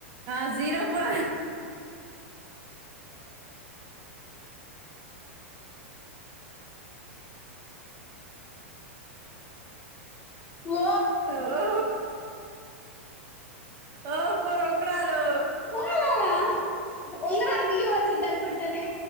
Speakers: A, on the right; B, on the left.
A: ఆ జీరో ప
B: ఓ
A: ఓ ఓ ఫ ఉంగరాలు
B: ఉంగరాలా ఉంగరాలు తీయవచ్చింది అనుకుంటనే